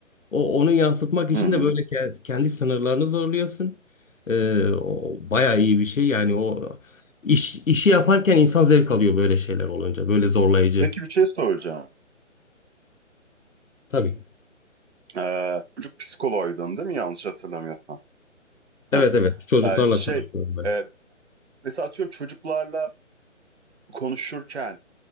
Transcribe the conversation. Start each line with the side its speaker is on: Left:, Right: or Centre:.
Left: O, onu yansıtmak için
Right: Hı hı.
Left: de böyle ke- kendi sınırlarını zorluyorsun. Ee, o bayağı iyi bir şey. Yani o iş, işi yaparken insan zevk alıyor böyle şeyler olunca. Böyle zorlayıcı.
Right: Peki bir şey soracağım.
Left: Tabii.
Right: Ee, çocuk psikoloğuydun değil mi? Yanlış hatırlamıyorsam. Heh.
Left: Evet evet. Çocuklarla
Right: Ee, şey,
Left: çalışıyorum ben.
Right: e, mesela atıyorum çocuklarla konuşurken